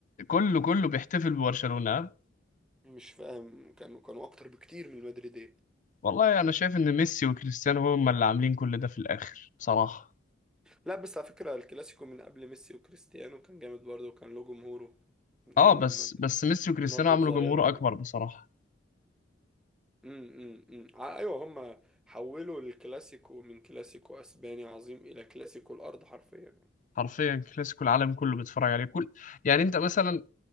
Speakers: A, on the left; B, in the centre.
A: كله كله بيحتفل ببرشلونه
B: مش فاهم كانوا كانوا اكتر بكتير من المدريديه
A: والله انا شايف ان ميسي وكريستيانو هم اللي عاملين كل ده في الاخر بصراحه
B: لا بس على فكره الكلاسيكو من قبل ميسي وكريستيانو كان جامد برضه وكان له جمهوره من
A: اه
B: ايام
A: بس بس ميسي وكريستيانو
B: رونالدو
A: عملوا
B: الظاهره
A: جمهور اكبر بصراحه
B: امم امم ايوه هم حولوا الكلاسيكو من كلاسيكو اسباني عظيم الى كلاسيكو الارض حرفيا يعني.
A: حرفيا كلاسيكو العالم كله بيتفرج عليه كل يعني انت مثلا